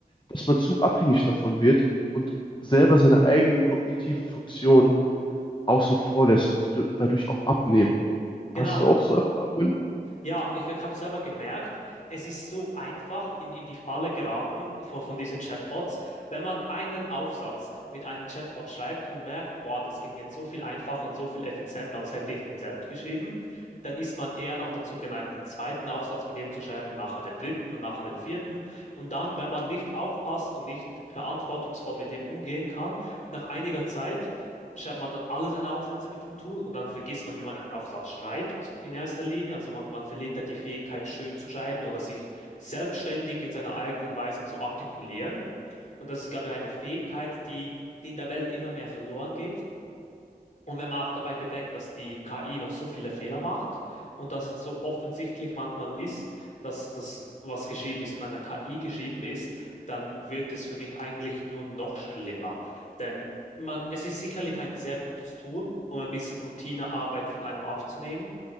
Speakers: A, on the left; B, on the left.
A: dass man zu abhängig davon wird und selber seine eigenen kognitiven Funktionen außen vor lässt und die dadurch auch abnehmen.
B: genau.
A: Hast du auch so Erfahrungen?
B: Ja, ich, ich habe selber gemerkt, es ist so einfach in, in die Falle geraten von, von diesen Chatbots, wenn man einen Aufsatz mit einem Chatbot schreibt und merkt, boah, das ging jetzt so viel einfacher und so viel effizienter, als hätte ich den selbst geschrieben, dann ist man eher noch dazu geneigt, den zweiten Aufsatz mit dem zu schreiben, nachher den dritten und nachher den vierten. Und dann, wenn man nicht aufpasst und nicht verantwortungsvoll mit dem umgehen kann, nach einiger Zeit schreibt man dann alle seine Aufsätze mit dem Tool und dann vergisst man, wie man einen Aufsatz schreibt in erster Linie. Also man, man verliert da die Fähigkeit, schön zu schreiben oder sich selbstständig in seiner eigenen Weise zu artikulieren. Und das ist, glaube ich, eine Fähigkeit, die, die in der Welt immer mehr verloren geht. Und wenn man auch dabei bedenkt, dass die KI noch so viele Fehler macht und dass es so offensichtlich manchmal ist, dass das, was geschrieben ist, von einer KI geschrieben ist, dann wird es für mich eigentlich nur noch schlimmer. Denn man, es ist sicherlich ein sehr gutes Tool, um ein bisschen Routinearbeit von einem abzunehmen,